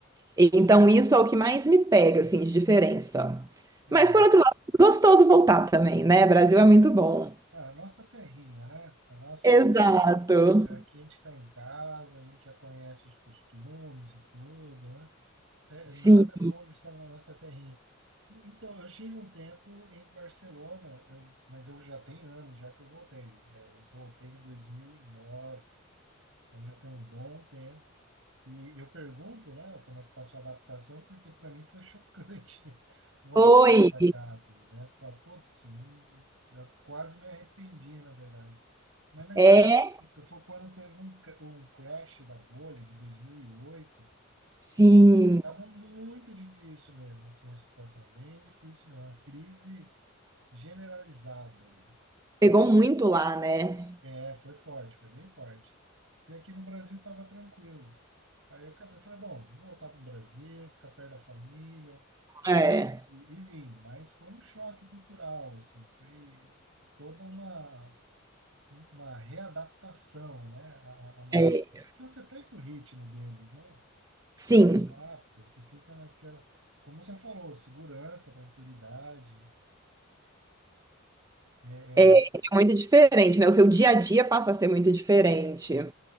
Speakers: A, on the right (about 15°); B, on the right (about 70°).
A: Então, isso é o que mais me pega, assim, de diferença.
B: é.
A: Mas, por outro lado, gostoso voltar também, né? Brasil é muito bom.
B: A nossa terrinha, né? A nossa
A: Exato.
B: É, Aqui a gente está em casa, a gente já conhece os costumes e tudo, né? É,
A: Sim.
B: nada como estar na nossa terrinha. E- Então, eu estive um tempo em Barcelona, eu- mas eu já tenho anos já que eu voltei. É, eu voltei em 2009, então já tem um bom tempo. E eu pergunto, né, como é que tá a sua adaptação, porque para mim foi chocante <laughs> voltar
A: Oi.
B: para cá, assim, né? Você fala, putz, não... eu quase me arrependi, na verdade. Mas naquela
A: É,
B: época, foi quando teve um, cr- um crash da bolha de 2008,
A: sim.
B: estava muito difícil mesmo, assim, a situação, bem difícil mesmo, uma crise generalizada ali.
A: Pegou muito lá, né?
B: É, foi forte, foi bem forte. E aqui no Brasil estava tranquilo. Aí eu acabei, falei, bom, vou voltar para o Brasil, ficar perto da família,
A: É,
B: e, e vim. Mas foi um choque cultural, assim, foi toda uma, uma readaptação, né, a, a morar.
A: é.
B: Porque você pega o ritmo deles, né?
A: Sim.
B: Você se adapta, você fica naquela, como você falou, segurança, tranquilidade. É, é,
A: É muito diferente, né? O seu dia a dia passa a ser muito diferente.